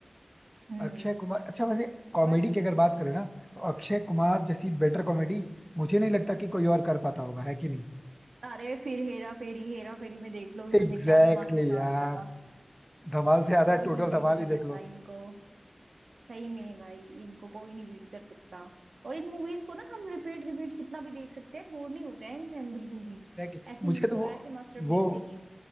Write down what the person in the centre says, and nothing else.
अक्षय कुमार अच्छा वैसे कॉमेडी
की अगर बात करें ना तो अक्षय कुमार जैसी बेटर कॉमेडी मुझे नहीं लगता कि कोई और कर पाता होगा है कि नहीं
एग्जैक्टली
exactly यार
धमाल से ज्यादा
टोटल
धमाल
ही
देख लो
एग्जैक्टली exactly.
मुझे
तो वो
वो